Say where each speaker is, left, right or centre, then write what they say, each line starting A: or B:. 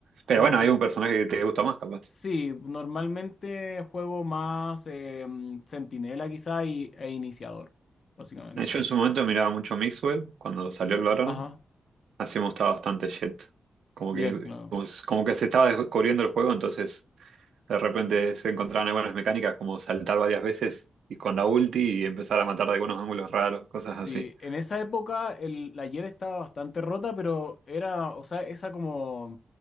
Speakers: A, on the right; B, on the left.
A: Pero
B: como
A: bueno,
B: que
A: hay un personaje que te gusta más, capaz.
B: sí, normalmente juego más eh, mm, centinela quizá y, e iniciador, básicamente.
A: Eh, Yo en su momento miraba mucho Mixwell cuando salió el Valorant.
B: Ajá,
A: Así me gustaba bastante Jett. Como
B: Jet,
A: que,
B: claro.
A: como, s- como que se estaba descubriendo el juego, entonces de repente se encontraban algunas mecánicas como saltar varias veces y con la ulti y empezar a matar de algunos ángulos raros, cosas así.
B: Sí, en esa época el- la Jet estaba bastante rota, pero era, o sea, esa como,